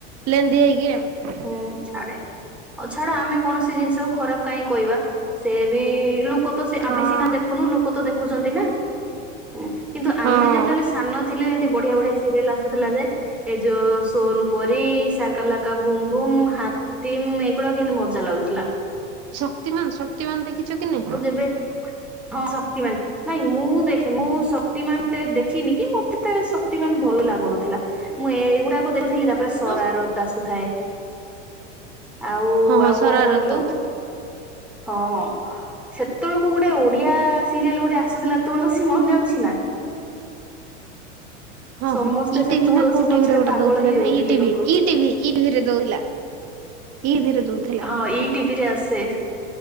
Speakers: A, on the right; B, in the centre.
A: ଲେନ୍ଦି ହେଇକି ଆଉ।
B: ହୁଁ ଛାଡେ ଆଉ ଛାଡ ଆମେ କୌଣସି ଜିନିଷକୁ ଖରାପ କାହିଁ କହିବା? ସେ ବି ଲୁକ ତ ସେ ଆମେ
A: ହଁ।
B: ସିନା ଦେଖୁନୁ ଲୋକ ତ ଦେଖୁଛନ୍ତି ନା? ହୁଁ କିନ୍ତୁ
A: ହଁ
B: ଆମେ ଯେତେବେଳେ ସାନ ଥିଲେ ଏମତି ବଢିଆ ବଢିଆ ସିରିଏଲ ଆସୁଥିଲା ଯେ ଏ ଯୋଉ ସୋନପରି, ଶାକାଲାକା ବୁମବୁମ, ହାତୀମ ଏଇଗୁଡାକ କେତେ ମଜା ଲାଗୁଥିଲା।
A: ଶକ୍ତିମାନ ଶକ୍ତିମାନ ଦେଖିଛ କି ନାଇଁ?
B: ଆଉ ଯେବେ ହଁ ଶକ୍ତିମାନ। ନାଇଁ ମୁଁ ଦେଖ୍ ମୁଁ ଶକ୍ତିମାନ ଦେଖିନି କି ମତେ ତ ଶକ୍ତି ମାନ ଭଲ ଲାଗୁନଥିଲା। ମୁଁ ଏଇଗୁଡାକୁ ଦେଖୁଥିଲି ତାପରେ
A: ହଁ
B: ସର ରତା ଆସୁଥାଏ। ଆଉ
A: ହଁ ହଁ
B: ଆଉ
A: ଶରାରତ
B: କ କହିଲୁ
A: ଦଉଥିଲେ।
B: ହଁ। ସେତେବେଳକୁ ଗୋଟେ ଓଡିଆ ସିରିଏଲ ଗୋଟେ ଆସୁଥିଲା ତୁଳସୀ ମନେ ଅଛି ନା?
A: ହଁ
B: ସମସ୍ତେ
A: ହଁ ଇ
B: ସେ
A: ଟିଭି
B: ତୁଳସୀ
A: ନା କୋଉ
B: ପଛରେ
A: ଟିଭି ରେ ଗୋଟେ
B: ପାଗଳ
A: ଦଉଥିଲା
B: ହେଇଯାଉଥିଲେ
A: ନା ଇ ଟିଭି
B: ଲୋକ।
A: ଇ ଟିଭି ଇ ଟିଭି ରେ ଦଉଥିଲା। ଇ ଟିଭି ରେ ଦଉଥିଲା
B: ହଁ ଇ ଟିଭିରେ ଆସେ ସେ